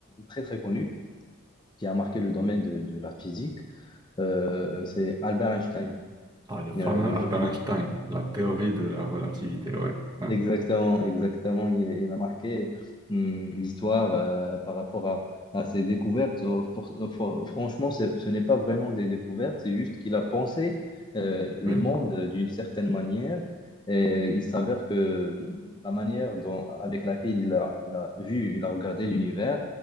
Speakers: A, on the left; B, on the right.
A: très très connue qui a marqué le domaine de, de la physique. Euh, c'est Albert Einstein.
B: Ah, le fameux
A: Euh,
B: Albert
A: je- tu-
B: Einstein, la théorie de la relativité, ouais. ouais.
A: Exactement, exactement. Il, il a marqué hum, l'histoire euh, par rapport à, à ses découvertes. Euh, pour- euh, fr- franchement, c'est- ce n'est pas vraiment des découvertes, c'est juste qu'il a pensé euh, le
B: Oui,
A: monde d'une certaine manière. Et il s'avère que la manière dont, avec laquelle il a, il a vu, il a regardé l'univers